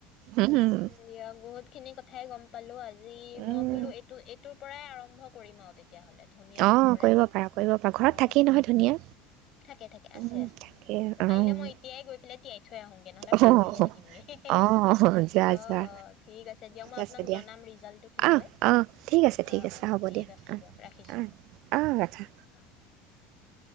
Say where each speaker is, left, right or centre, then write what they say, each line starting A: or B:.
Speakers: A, on the right; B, on the left.
A: উম,
B: দিয়ক বহুত খিনি কথাই গম পালো আজি যি
A: উম,
B: মই বোলো এইটো এইটোৰ পৰাই আৰম্ভ কৰিমা আৰু তেতি তেতিয়াাহ'লে ধনিয়টোৰ
A: অঁ
B: পৰাই
A: কৰিব পাৰা কৰিব পাৰা ঘৰত
B: অ
A: থাকেই নহয়
B: অ
A: ধুনীয়া
B: থাকে থাকে আছে
A: উম,
B: আছে
A: তাকে অ',
B: পাৰিলে মই এতিয়াই গৈ পেলাই তিয়াই থৈ আহোঁগৈ নহ'লে
A: অ'।
B: পাহৰিহে থাকিমগৈ
A: অ', যোৱা
B: অঁ
A: যোৱা
B: অঁ ঠিক আছে দিয়ক মই আপোনাক
A: আছে দিয়া।
B: জনাম ৰিজাল্টটো কি
A: অ',
B: হয়
A: অ', ঠিক আছে ঠিক
B: অঁ
A: আছে
B: অঁ
A: হ'ব
B: ঠিক
A: দিয়া
B: আছে
A: অ',
B: দিয়ক ৰাখিছোঁ
A: অ', অ', ৰাখা।
B: অ